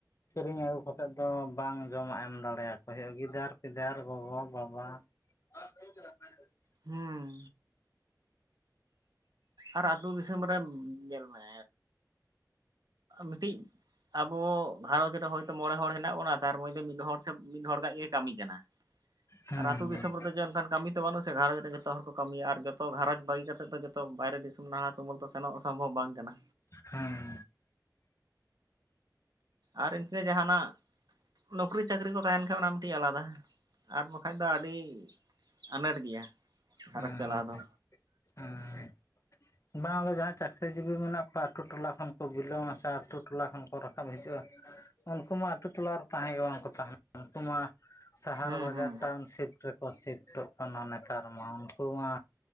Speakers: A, on the left; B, on the right.
A: ᱠᱤᱨᱤᱧ ᱟᱹᱜᱩ ᱠᱟᱛᱮᱫ ᱫᱚ ᱵᱟᱝ ᱡᱚᱢᱟᱜ ᱮᱢ ᱫᱟᱲᱮᱭᱟᱠᱚ ᱦᱩᱭᱩᱜᱼᱟ ᱜᱤᱫᱟᱹᱨ ᱯᱤᱫᱟᱹᱨ ᱜᱚᱜᱚᱼᱵᱟᱵᱟ᱾ <unintelligible>
B: ᱦᱩᱸ ᱟᱨ ᱟᱹᱛᱩ ᱫᱤᱥᱚᱢ ᱨᱮᱱ ᱧᱮᱞ ᱢᱮ ᱢᱤᱫᱴᱤᱡ ᱟᱵᱚ ᱜᱷᱟᱨᱚᱸᱡᱽ ᱨᱮ ᱦᱳᱭᱛᱚ ᱢᱚᱬᱮ ᱦᱚᱲ ᱦᱮᱱᱟᱜ ᱵᱚᱱᱟ ᱛᱟᱨ ᱢᱚᱫᱽᱫᱷᱮ ᱢᱤᱫ ᱦᱚᱲ ᱥᱮ ᱢᱤᱫ ᱦᱚᱲᱟᱜ ᱜᱮ ᱠᱟᱹᱢᱤ ᱠᱟᱱᱟ᱾
A: ᱦᱮᱸ
B: ᱟᱨ ᱟᱹᱛᱩ ᱫᱤᱥᱚᱢ ᱨᱮ ᱡᱮ ᱚᱱᱠᱟᱱ ᱠᱟᱹᱢᱤ ᱫᱚ ᱵᱟᱹᱱᱩᱜ ᱥᱮ ᱜᱸᱷᱟᱨᱚᱸᱡᱽ ᱨᱮ ᱡᱚᱛᱚ ᱦᱚᱲ ᱠᱚ ᱠᱟᱹᱢᱤᱭᱟ ᱟᱨ ᱡᱚᱛᱚ ᱜᱷᱟᱨᱚᱸᱡᱽ ᱵᱟᱹᱜᱤ ᱠᱟᱛᱮ ᱫᱚ ᱡᱚᱛᱚ ᱵᱟᱭᱨᱮ ᱫᱤᱥᱚᱢ ᱱᱟᱦᱞᱟ ᱛᱩᱢᱟᱹᱞ ᱛᱚ ᱥᱮᱱᱚᱜ ᱥᱚᱢᱵᱷᱚᱵᱽ ᱵᱟᱝ ᱠᱟᱱᱟ᱾
A: ᱦᱮᱸ
B: ᱟᱨ ᱤᱱᱠᱟᱹ ᱡᱟᱦᱟᱱᱟᱜ ᱱᱚᱩᱠᱨᱤ ᱪᱟᱠᱨᱤ ᱠᱚ ᱛᱟᱦᱮᱱ ᱠᱷᱟᱱ ᱚᱱᱟ ᱢᱤᱴᱤᱡ ᱟᱞᱟᱫᱟ᱾ ᱟᱨ ᱵᱟᱠᱷᱟᱡ ᱫᱚ ᱟᱹᱰᱤ ᱟ. ᱱᱟᱴ ᱜᱮᱭᱟ ᱜᱷᱟᱨᱚᱸᱡᱽ
A: ᱦᱮᱸ
B: ᱪᱟᱞᱟᱣ ᱫᱚ᱾
A: <inaudible> ᱵᱟᱝ ᱟᱫᱚ ᱡᱟᱦᱟᱸᱭ ᱪᱟᱹᱠᱨᱤ ᱡᱤᱵᱤ ᱢᱮᱱᱟᱜ ᱠᱚᱣᱟ ᱟᱛᱩ ᱴᱚᱞᱟ ᱠᱷᱚᱱ ᱠᱚ ᱵᱤᱞᱚᱢᱝᱼᱟ ᱥᱮ ᱟᱛᱩ ᱴᱚᱞᱟ ᱠᱷᱚᱱ ᱠᱚ ᱨᱟᱠᱟᱵ ᱦᱤᱡᱩᱜᱼᱟ᱾ ᱩᱱᱠᱩ ᱢᱟ ᱟᱛᱩ ᱴᱚᱞᱟ ᱨᱮ ᱛᱟᱦᱮᱸ ᱜᱮ ᱵᱟᱝᱠᱚ ᱛᱟᱦᱮᱱᱟ ᱩᱱᱠᱩ ᱢᱟ ᱥᱟᱦᱟᱨ
B: ᱦᱩᱸ
A: ᱵᱟᱡᱟᱨ
B: ᱦᱩᱸ
A: ᱴᱟᱣᱩᱱᱥᱤᱯ ᱨᱮ ᱥᱤᱯᱴᱚ ᱠᱟᱱᱟ ᱱᱮᱛᱟᱨ ᱢᱟ ᱩᱱᱠᱩ ᱢᱟ